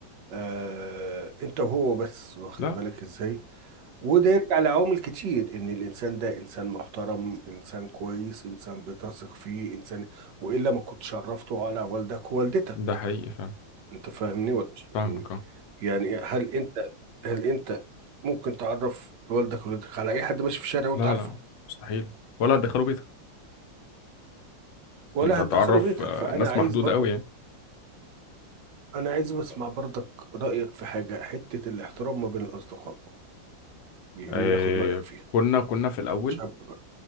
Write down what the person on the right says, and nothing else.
آه انت وهو بس واخد
بالك ازاي وده يرجع لعوامل كتير ان الانسان ده انسان محترم انسان كويس انسان بتثق فيه انسان والا ما كنتش عرفته على والدك ووالدتك
انت فاهمني ولا مش فاهمني
يعني هل انت هل انت ممكن تعرف والدك ووالدتك على اي حد ماشي في الشارع وانت
عارفه
ولا
هتدخله بيتك
فانا
عايز
برضه
انا عايز بسمع برضك رايك في حاجه حته الاحترام ما بين الاصدقاء بيهمني
اخد رايك فيها
شاب بقى